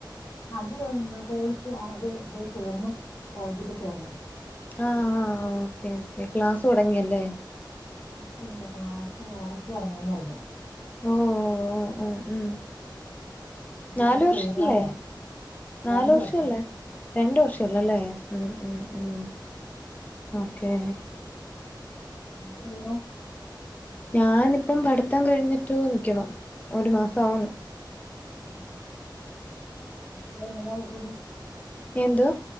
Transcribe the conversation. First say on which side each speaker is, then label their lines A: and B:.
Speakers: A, on the left; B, on the left.
A: അത് ന്ത്‌ കോയ്സ് അത് പോയി ചേർന്ന് കോളെജ് പ്പ ചേർന്ന്
B: ആഹ് ഓക്കേ ഓക്കേ ക്ലാസ്സ് തോടങ്ങിയല്ലേ?
A: ക്ലാസോങ്ങീല ക്ലാസ്സ് ഓഗസ്റ്റില് തൊടങ്ങൂന്നറഞ്ഞു
B: ഓ ഓ ഓ ഉം ഉം
A: എല്ലാം
B: നാല്
A: കൂടെ
B: വർഷംല്ലേ
A: ചേരണമല്ലോ
B: നാല്
A: രണ്ട്
B: വർഷല്ലേ
A: വർഷം
B: രണ്ട് വർഷം ഒള്ളല്ലേ ഉം ഉം ഉം ഓക്കെ
A: <unintelligible>
B: ഞാനിപ്പം പഠിത്തം കഴിഞ്ഞിട്ട് നിക്ക്ണു ഒരു മാസം ആവുന്നു
A: <unintelligible>
B: എന്ത്?